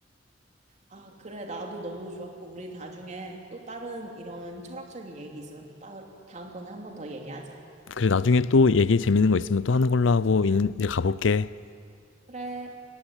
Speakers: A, on the right; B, on the left.
A: 아, 그래, 나도 너무 좋았고, 우리 나중에 또 다른 이런 철학적인 얘기 있으면 또 따, 다음번에 한번 더 얘기하자.
B: 그래, 나중에 또 얘기 재밌는 거 있으면 또 하는 걸로 하고 이제 가볼게.
A: 그래.